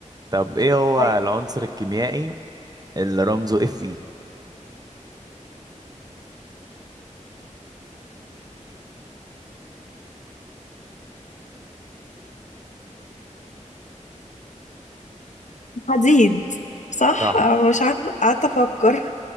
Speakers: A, on the right; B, on the left.
A: طب ايه هو
B: طيب
A: العنصر الكيميائي اللي رمزه اف اي
B: حديد صح
A: صح
B: أنا مش عارفة قعدت افكر